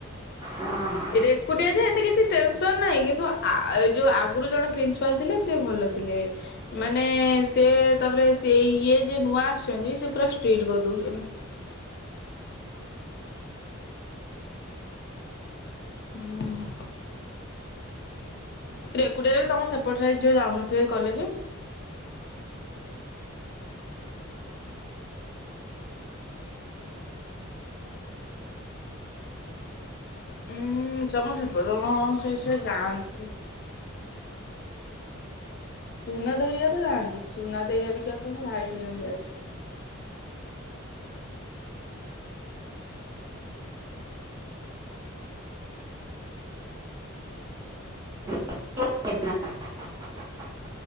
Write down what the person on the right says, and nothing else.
ଓଁ ହୋ।
<unintelligible>